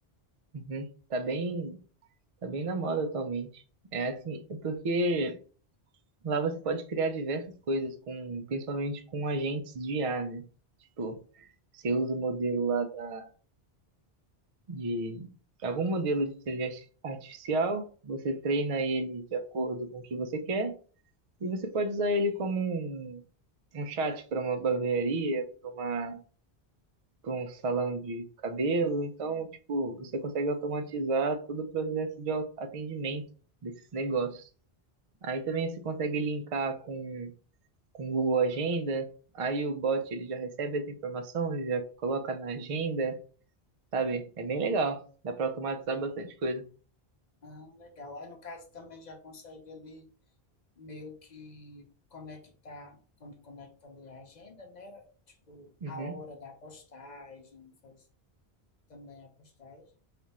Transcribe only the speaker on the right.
Uhum. Tá bem, Tá bem na moda atualmente. É assim, é porque lá você pode criar diversas coisas, com, principalmente com agentes de IA, né? Tipo, você usa o modelo lá da- de algum modelo de inteligência artificial, você treina ele de acordo com o que você quer, e você pode usar ele como um, um chat para uma barbearia, para uma, para um salão de cabelo. Então, tipo, você consegue automatizar todo o processo de atendimento desses negócios. Aí também você consegue linkar com, com o Google Agenda, aí o bot ele já recebe essa informação, ele já coloca na agenda, sabe? É bem legal, dá para automatizar bastante coisa.
Uhum.